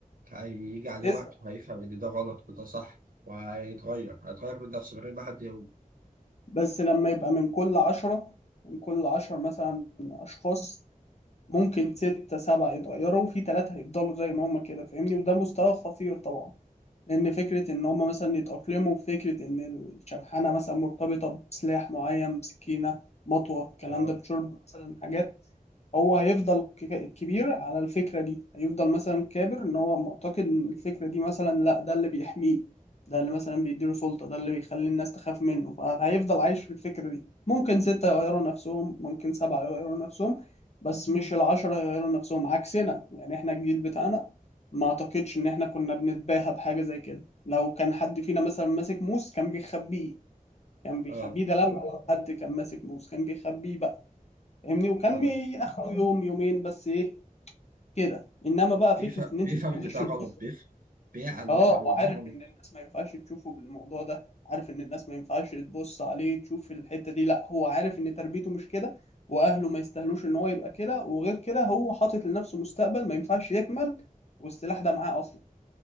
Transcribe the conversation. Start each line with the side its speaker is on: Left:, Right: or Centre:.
Right: هيجي عليه
Left: هتثبت
Right: وقت وهيفهم ان ده غلط وده صح وهيتغير هيتغير من نفسه من غير ما حد يقول
Left: بس لما يبقى من كل عشرة من كل عشر مثلا اشخاص ممكن ستة سبعة يتغيروا وفي تلاتة هيفضلوا زي ما هما كده فاهمني وده مستوى خطير طبعا لأن فكرة إن هما مثلا يتأقلموا بفكرة إن الشبحانة مثلا مرتبطة بسلاح معين بسكينة مطوة الكلام
Right: اه
Left: ده بشرب مثلا حاجات هو هيفضل ك- ك- كبير على الفكرة دي هيفضل مثلا كابر ان هو معتقد ان الفكرة دي مثلا لا ده اللي بيحميه ده اللي مثلا بيديله سلطة ده اللي بيخلي الناس تخاف منه فهيفضل عايش في الفكرة دي ممكن ستة يغيروا نفسهم ممكن سبعة يغيروا نفسهم بس مش العشرة يغيروا نفسهم عكسنا يعني احنا الجيل بتاعنا ما اعتقدش ان احنا كنا بنتباهى بحاجة زي كده لو كان حد فينا مثلا ماسك موس كان بيخبيه كان بيخبيه
Right: اه
Left: ده لو حد كان ماسك موس كان بيخبيه بقى فاهمني وكان
Right: اه
Left: بياخد يوم يومين بس ايه كده انما بقى
Right: بيفهم
Left: فكره ان انت
Right: بيفهم
Left: تخش
Right: ان ده
Left: تبص
Right: غلط بيفهم بيعقل
Left: اه
Right: ويفهم
Left: وعارف
Right: ان ده غلط
Left: ان الناس ما ينفعش تشوفه بالموضوع ده عارف ان الناس ما ينفعش تبص عليه تشوف الحته دي لا هو عارف ان تربيته مش كده واهله ما يستاهلوش ان هو يبقى كده وغير كده هو حاطط لنفسه مستقبل ما ينفعش يكمل والسلاح ده معاه اصلا